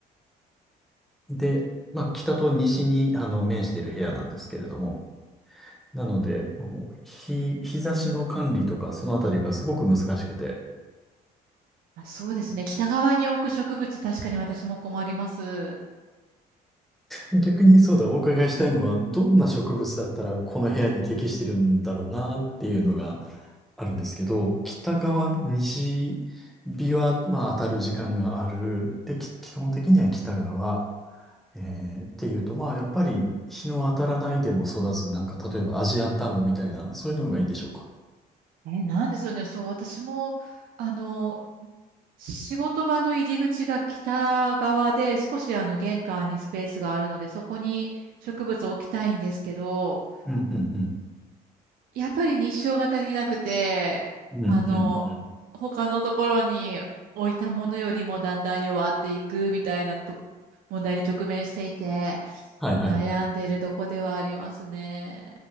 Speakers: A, in the centre; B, on the right.
A: で、まあ北と西にあの面している部屋なんですけれども、なので、もう日、日差しの管理とかそのあたりがすごく難しくて、
B: あそうですね。北側に置く植物、確かに私も困ります。
A: 逆にそうだ、お伺いしたいのは、どんな植物だったらこの部屋に適してるんだろうなっていうのがあるんですけど、北側、西日は、まあ、当たる時間がある。で、き基本的には北側。えーっていうと、まあ、やっぱり日の当たらないでも育つ、なんか、例えばアジアンタムみたいな、そういうのがいいんでしょうか。
B: え、なんでしょうね。そう、私も、あの、仕事場の入り口が北側で、少しあの玄関にスペースがあるので、そこに植物を置きたいんですけど、
A: うん、うん、うん。
B: やっぱり日照が足りなくて、
A: うん、
B: あの、
A: うん、うん。
B: 他のところに置いたものよりもだんだん弱っていくみたいなと問題に直面していて、
A: はい、はい、
B: 悩んでいるとこではありますね。
A: はい。